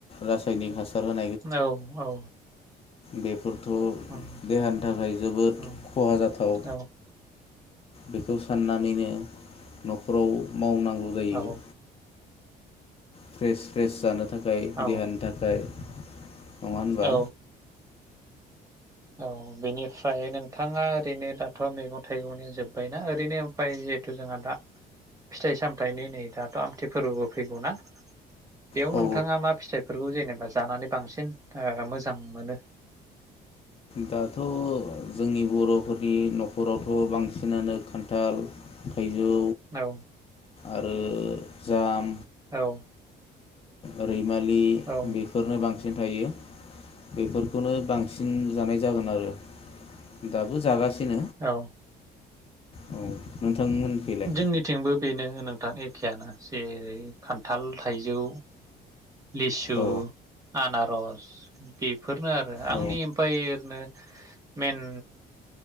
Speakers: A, on the left; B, on the right.
A: रासायनिक हासार होनो
B: औ औ
A: बेे फोरथ'
B: उम
A: देहानि थाखाय जोबोद
B: उम
A: खहा जाथाव
B: औ
A: बेखौ साननानैनो न'खराव मावनांगौ जायो
B: औ
A: फ्रेस फ्रेस जानो थाखाय
B: औ
A: देहानि थाखाय नंङा होनबा
B: औ औ बेनिफ्राय नोंथांङा ओरैनो दाथ' मैगं थाइगंनि जोब्बायना ओरैनो ओमफ्राय जिहेथु जोंहा दा फिथाइ सामथायाइनि नै दाथ' आमथि फोरबोबो फैगौना बेयाव
A: औ
B: नोंथांङा मा फिथाइफोरखौ जेनेबा जानानै बांसिन आ मोजां मोनो
A: दाथ' जोंनि बर'फोरनि न'खरावथ' बांसिनानो खान्थाल थाइजौ
B: औ
A: आरो जाम
B: औ
A: ओरै हमालि
B: औ
A: बेफोरनो बांसिन थायो बेफोर खौनो बांसिन जानाय जागोन आरो दाबो जागासिनो
B: औ
A: औ नोंथांमोनखैलाय
B: जोंनिथिंबो बेनो होनो गोथां एखेयानो जेरै खान्थाल थाइजौ लिसु
A: औ
B: आनारस द फोरनो आरो आंनि
A: औ
B: इम्पाय एरैनो मेन